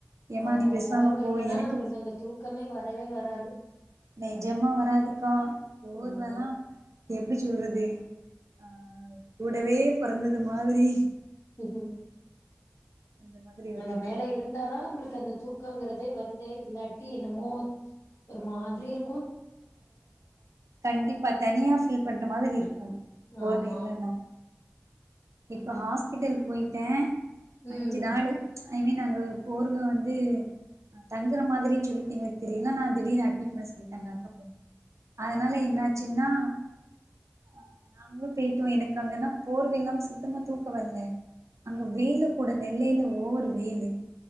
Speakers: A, on the right; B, on the left.
A: ஏமா
B: ஆமா
A: நீ பேசாம
B: போர்வ
A: போ
B: இல்லனா
A: எனக்கு
B: நம்பளுக்கு அந்த தூக்கமே வரவே வராது
A: நெஜமா வராதுக்கா போர்வலா
B: ஆமா
A: எப்டி சொல்றது ஆ கூடவே பொறந்தது மாதிரி
B: ஹூஹூ
A: அந்த மாதிரி
B: நம்ம
A: ஒரு இது
B: மேல இருந்தாதா நம்மளுக்கு அந்த தூக் கொங்குறதே வருதே இல்லாட்டி என்னமோ ஒரு மாதிரி இரு
A: கண்டிப்பா தனியா ஃபீல் பண்ற மாதிரி இருக்கு போர்வ
B: ஆமா
A: இல்லன்னா இப்ப ஹாஸ்பிட்டல் போயிட்டே
B: ம்
A: அஞ்சு நாளு ஐ மீன் அங்க போர்வ வந்து தங்குற மாதிரின் சொல்ட்டு எங்களுக்கு தெரியல ஆனா திடீனு அட்மிட் பண்ண சொல்லிட்டாங்க அக்கா பொண்ணுக்கு அதுனால என்னாச்சுன்னா அ நாங்ளு போயிட்டோ எனக்கு அங்கன்னா போர்வ இல்லாம சு த்தமா தூக்க வர்ல அங்க வெயிலு கூட நெல்லைல ஓவர் வெயிலு